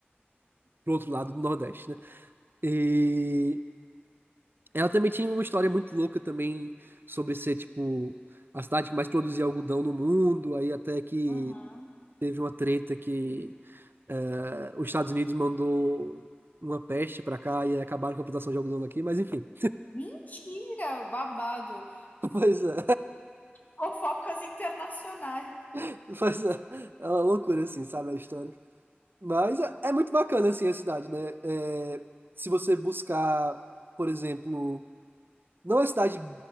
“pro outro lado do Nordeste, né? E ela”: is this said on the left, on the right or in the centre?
Right